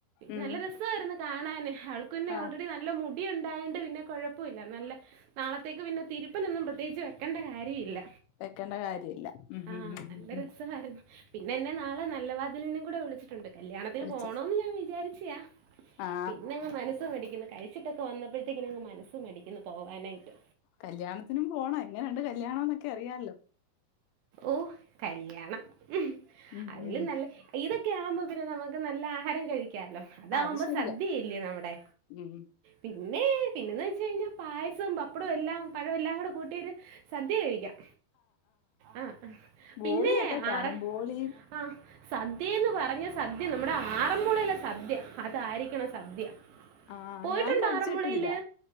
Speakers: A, on the left; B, on the right.
A: ഉം.
B: നല്ല രസവായിരുന്നു കാണാന് ആൾക്കു പിന്നെ
A: ആ
B: ഓൾറെഡി നല്ല നല്ല മുടി ഉണ്ടായോണ്ട് പിന്നെ കൊഴപ്പവില്ല നല്ല നാളത്തേക്ക് പിന്നെ തിരുപ്പനൊന്നും പ്രത്യേകിച്ച് വെ ക്കെണ്ട കാര്യയില്ല
A: വെക്കേണ്ട കാര്യമില്ല ഉം
B: ആഹ്
A: ഉം ഉം
B: നല്ല
A: ഉം ഉം.
B: രസായിരുന്നു പിന്നെ എന്നെ നാളെ നല്ല വതിലിനും കൂടെ വിളിച്ചിട്ടുണ്ട് കല്യാണത്തിന്
A: വിളിച്ച്
B: പോണോന്ന് ഞാൻ വിചാരിച്ചെയാ
A: ആ
B: പിന്നങ്ങ് മനസ്സ് മടിക്കുന്നു കഴിച്ചിട്ടൊക്കെ വന്നപ്പോഴത്തേക്കും ഇങ്ങനെങ്ങ് മനസ്സ് മടിക്കുന്നു പോവാനായിട്ട്
A: കല്യാണത്തിനും പോണം എങ്ങനുണ്ട് കല്യാണോന്നൊക്കെ അറിയാല്ലോ
B: ഓഹ് കല്യാണം ഉം ഹ്
A: ഉം
B: അതിലും
A: ഉം
B: നല്ല ഇതൊ ക്കെ ആവുമ്പം പിന്നെ നമുക്ക് നല്ല ആഹാരം കഴിക്കാല്ലോ അതാവുമ്പോ
A: അത് ശരിയാ
B: സദ്യയല്ലേ നമ്മുടെ
A: ഉം
B: പിന്നെ പിന്നെന്ന് വെച്ച്കഴിഞ്ഞാ പായസവും പപ്പടവും എല്ലാം പഴവെല്ലാ കൂടെ കൂട്ടിയൊര് സദ്യ കഴിക്കാം ആഹ് ഹ്
A: ബോളിയൊക്കെ
B: പിന്നെ
A: കാണും
B: ആറ്
A: ബോളിയും
B: ആഹ് സദ്യേന്ന് പറഞ്ഞ് സദ്യ നമ്മുടെ ആറന്മുളേയിലെ സദ്യ അതായിരിക്കണം സദ്യ
A: ആഹ്
B: പോയിട്ടുണ്ടോ
A: ഞാൻ കഴിച്ചിട്ടില്ല
B: ആറന്മുളയില്?